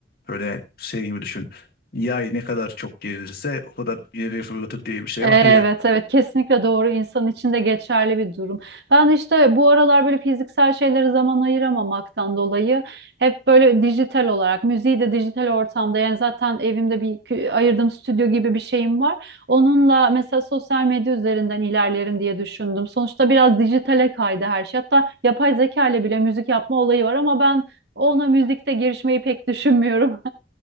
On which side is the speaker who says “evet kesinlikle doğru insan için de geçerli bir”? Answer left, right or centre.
Right